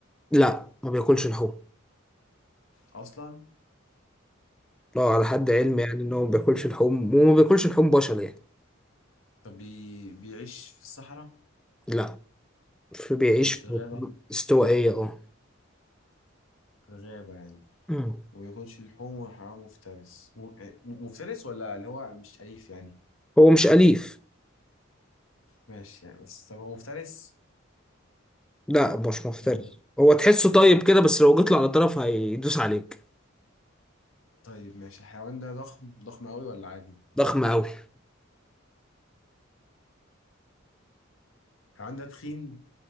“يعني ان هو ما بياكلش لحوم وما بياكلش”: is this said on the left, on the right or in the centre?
Centre